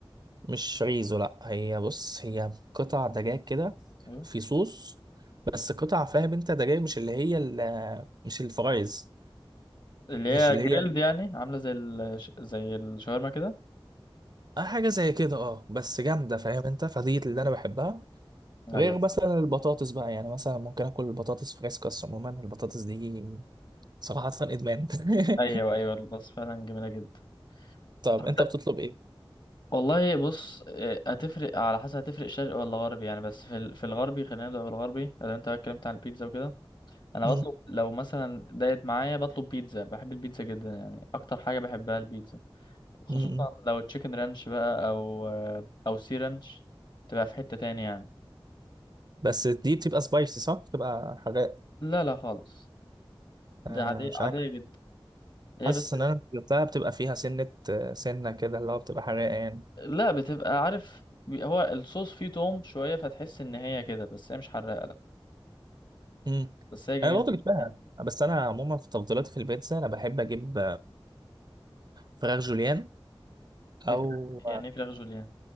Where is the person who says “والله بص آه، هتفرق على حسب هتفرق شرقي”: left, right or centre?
Left